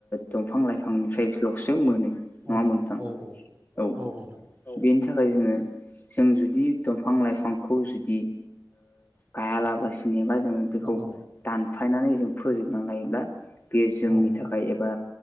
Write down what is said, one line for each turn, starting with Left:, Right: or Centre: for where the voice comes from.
Left: दंफां लाइफांनिफ्रायल'सो मोनो नङा
Right: औ
Left: होनबा नोंथां
Right: औ
Left: औ
Right: <unintelligible>
Left: बेनि थाखाय जोङो जों जुदि दंफां लाइफांखौ जुदि गायालाबासिनो एबा। जोङो बेखौ
Right: औ
Left: दानफायनानै जों फोजोबनानै लायोब्ला बे जोंनि
Right: औ
Left: थाखाय एबा